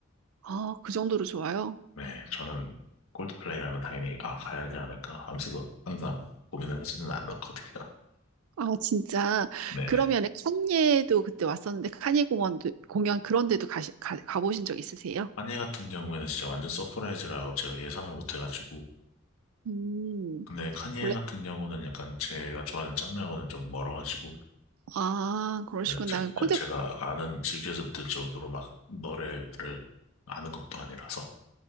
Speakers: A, on the right (about 80°); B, on the left (about 85°).
A: 아, 그 정도로 좋아요?
B: 네, 저는 콜드플레이라면 당연히, 아, 가야 하지 않을까 하면서도 항상 고민을 하지는 않았거든요.
A: 아, 진짜.
B: 네네.
A: 그러면 칸예도 그때 왔었는데 칸예 공원도 공연 그런 데도 가시, 가, 가보신 적 있으세요?
B: 카니에 같은 경우에는 진짜 완전 서프라이즈라고 제가 예상을 못 해가지고,
A: 음,
B: 근데 카니에
A: 원래
B: 같은 경우는 약간 제가 좋아하는 장르하고는 좀 멀어가지고,
A: 아, 그러시구나.
B: 네, 제,
A: 콜드
B: 네, 제가 아는, 즐겨서 듣 정도로 막 노래를 아는 것도 아니라서,